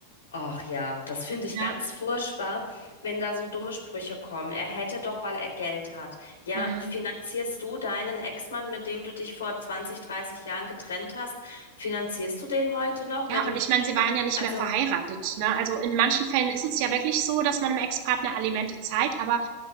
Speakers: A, on the left; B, on the right.
A: Ach ja, das finde ich
B: Ja.
A: ganz furchtbar, wenn da so dumme Sprüche kommen. Er hätte doch, weil er Geld hat. Ja,
B: Mhm.
A: finanzierst du deinen Ex-Mann, mit dem du dich vor 20, 30 Jahren getrennt hast, finanzierst du den heute noch,
B: Ja,
A: wenn du,
B: und ich meine, sie waren ja nicht
A: also.
B: mehr verheiratet, ne? Also in manchen Fällen ist es ja wirklich so, dass man dem Ex-Partner Alimente zahlt, aber